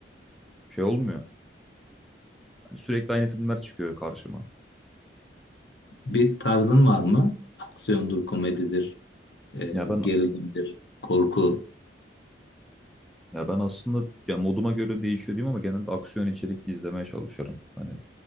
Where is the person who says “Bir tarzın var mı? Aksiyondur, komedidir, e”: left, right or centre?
Left